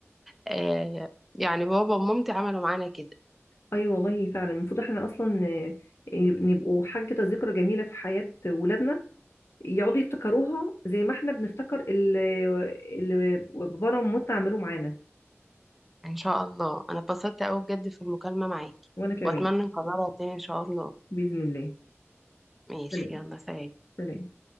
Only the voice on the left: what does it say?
ايوه والله فعلا المفروض احنا اصلا ن- نبقوا حاجه كده ذكرى جميله في حياه ولادنا يقعدوا يفتكروها زي ما احنا بنفتكر ال- اللي بابانا ومامتنا عملوه معانا
وانا كمان
باذن الله
سلام
سلام